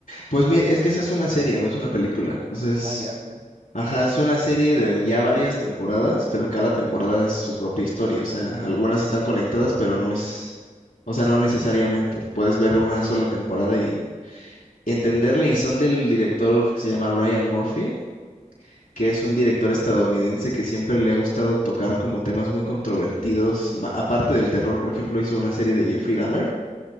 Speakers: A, on the left (about 80°); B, on the right (about 65°).
A: Pues mi- es que esa es una serie, no es una película. O sea, es
B: Ah, ya, ya.
A: Ajá, es una serie de ya varias temporadas, pero cada temporada es su propia historia. O sea, algunas están conectadas, pero no es, o sea, no necesariamente. Puedes ver una sola temporada y entenderle. Y son del director que se llama Ryan Murphy, que es un director estadounidense que siempre le ha gustado tocar como temas muy controvertidos. ma- Aparte del terror, por ejemplo, hizo una serie de Jeffrey Dahmer.